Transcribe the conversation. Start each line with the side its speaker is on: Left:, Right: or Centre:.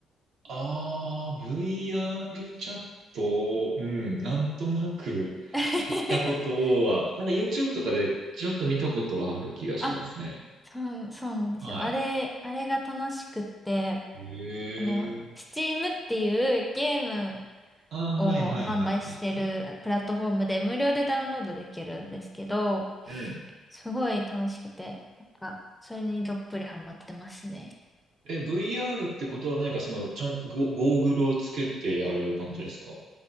Right: ああ、VR チャット、うん、なんとなく聞いたことは、
Centre: <laughs>
Right: なんか YouTube とかでちょっと見たことはある気がしますね。
Centre: あ、そう、そうなんですよ。
Right: はい。
Centre: あれ、あれが楽しくって、
Right: へえ。
Centre: あの、Steam っていうゲーム
Right: ああ、
Centre: を販売してるプラットフォームで無料でダウンロードできるんですけど、
Right: はいはいはいはいはい。うん。
Centre: すごい楽しくて、なんか、それにどっぷりハマってますね。
Right: え、VR ってことは何かその、ちゃん、ゴゴーグルをつけてやる感じですか